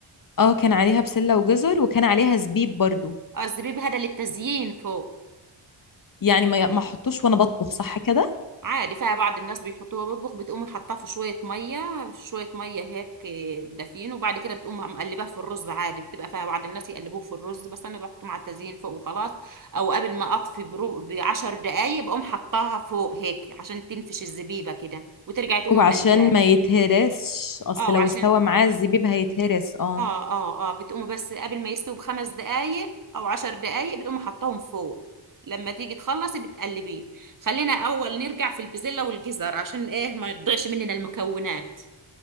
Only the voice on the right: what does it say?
آه، الزبيب هذا للتزيين فوق
عادي فيها بعض الناس بيحطوها بيطبخ بتقوم حاطاه في شوية مية شوية مية هيك دافين وبعد كده بتقوم مقلباه في الرز عادي بتبقى فيها بعض الناس يقلبوه في الرز بس أنا بحطه مع التزيين فوق وخلاص أو قبل ما أطفي برو بعشر دقايق بقوم حطاها فوق هيك عشان تنفش الزبيبة كده وترجعي تقوم
مقلباه
اه وعشان
اه اه اه بتقوم بس قبل ما يستوي بخمس دقايق او عشر دقايق بتقوم حطاهم فوق لما تيجي تخلصي بتقلبيه خلينا اول نرجع في البزلة والجزر عشان ايه ما يضيعش مننا المكونات